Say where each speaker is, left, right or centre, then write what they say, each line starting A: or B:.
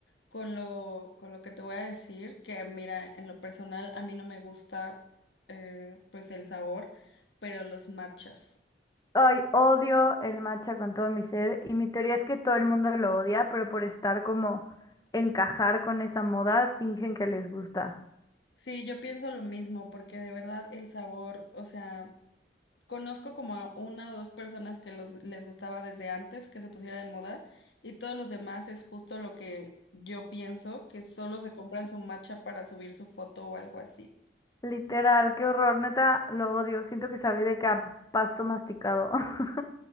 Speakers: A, on the left; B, on the left.
A: con lo con lo que te voy a decir, que mira, en lo personal a mí no me gusta eh, pues el sabor, pero los matchas.
B: Ay, odio el matcha con todo mi ser y mi teoría es que todo el mundo lo odia, pero por estar como encajar con esa moda, fingen que les gusta.
A: Sí, yo pienso lo mismo, porque de verdad el sabor, o sea, conozco como a una o dos personas que los, les gustaba desde antes que se pusiera de moda, y todos los demás es justo lo que yo pienso, que solo se compran su matcha para subir su foto o algo así.
B: Literal, qué horror, neta, lo odio. Siento que sabe de que a pasto masticado. <laughs>